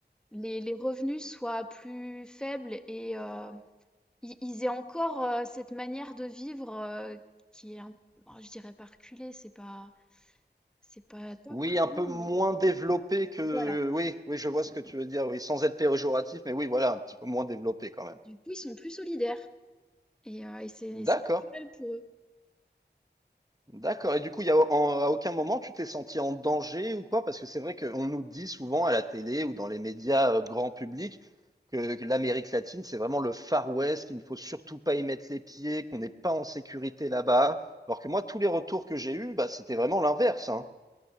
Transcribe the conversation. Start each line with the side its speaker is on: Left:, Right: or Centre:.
Centre: les, les revenus soient plus faibles et euh, i- ils aient encore euh, cette manière de vivre euh, qui est, un- bon, je dirais pas reculée, c'est pas, c'est pas top
Right: Oui,
Centre: comme
Right: un peu
Centre: mot,
Right: moins
Centre: mais
Right: développé que.
Centre: voilà.
Right: Oui, oui, je vois ce que tu veux dire, oui, sans être péjoratif, mais oui, voilà, un petit peu moins développé quand même.
Centre: Du coup, ils sont plus solidaires et, euh, et c'est c'est
Right: D'accord,
Centre: naturel pour eux.
Right: d'accord. Et du coup, il y a, en- à aucun moment tu t'es senti en danger ou quoi? Parce que c'est vrai qu'on nous dit souvent à la télé ou dans les médias euh, grand public que, que l'Amérique latine, c'est vraiment le Far West, qu'il ne faut surtout pas y mettre les pieds, qu'on n'est pas en sécurité là-bas. Alors que moi, tous les retours que j'ai eus, bah, c'était vraiment l'inverse, hein.